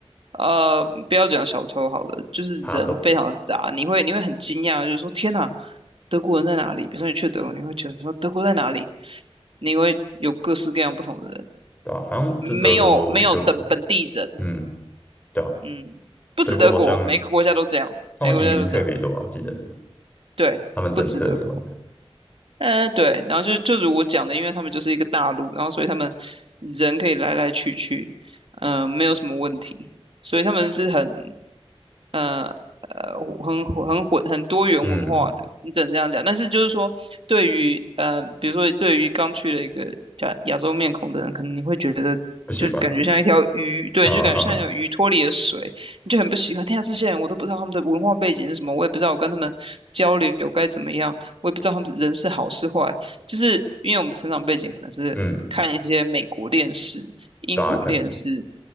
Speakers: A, on the right; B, on the left.
A: 呃，不要讲小偷好了，就是人非常的杂，
B: 扒手。
A: 你会你会很惊讶，就是说天哪，德国人在哪里？比如说你去德国，你会觉得说德国在哪里？你会有各式各样不同的人，
B: 对吧？好像就是德国尤其，
A: 没有没有等本地人，
B: 嗯，对啊，
A: 嗯，不止德国，
B: 德国好像
A: 每个国家都这样，
B: 他们移民特别多啊，
A: 每个国家都这样，
B: 我记得
A: 对，
B: 他们政策什么的，
A: 不止德国。呃，对，然后就就如我讲的，因为他们就是一个大陆，然后所以他们人可以来来去去，嗯、呃没有什么问题，所以他们是很呃呃很很混很多元文化的，
B: 嗯，
A: 你只能这样讲。但是就是说，对于呃，比如说对于刚去了一个亚亚洲面孔的人，可能你会觉得你就感觉像一条鱼，
B: 不习惯嘛，
A: 对，
B: 啊，
A: 你就感觉像一条鱼脱离了水，
B: 哈哈，
A: 你就很不喜欢。天啊，这些人我都不知道他们的文化背景是什么，我也不知道我跟他们交流该怎么样。我也不知道他们人是好是坏，就是因为我们的成长背景可能是看一些美国电视、
B: 嗯，
A: 英国电视，
B: 对啊，可能